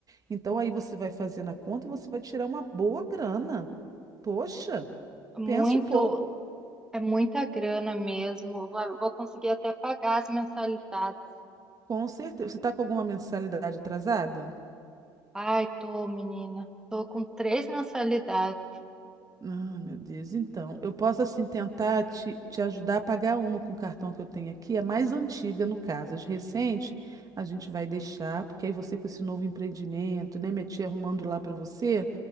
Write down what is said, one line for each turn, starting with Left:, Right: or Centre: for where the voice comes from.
Right: Então aí você vai fazer na conta e você vai tirar uma boa grana. Poxa,
Centre: muito,
Right: pensa um pouco.
Centre: é muita grana mesmo. Eu Vou vou conseguir até pagar as mensalidades.
Right: Com certeza. Você está com alguma mensalidade atrasada?
Centre: Ai, tô, menina. Tô com três mensalidades.
Right: Ah, meu Deus. Então, eu posso assim tentar te, te ajudar a pagar uma com o cartão que eu tenho aqui, a mais antiga no caso. As recentes a gente vai deixar, porque aí você com esse novo empreendimento, né, minha tia arrumando lá para você,